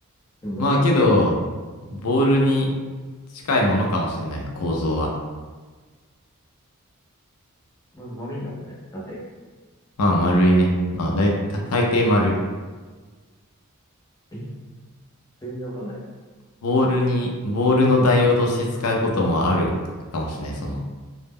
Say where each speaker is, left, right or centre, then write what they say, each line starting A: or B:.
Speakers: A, on the left; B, on the left.
A: でも伸びるのか。
B: まあけど、ボールに近いものかもしれない、構造は。
A: まあ、丸いんだもんね。だって。
B: まあ丸いね。まあ、だい、最大抵丸い。
A: え、全然わかんない。
B: ボールに、ボールの代用として使うこともあるかもしれない、その、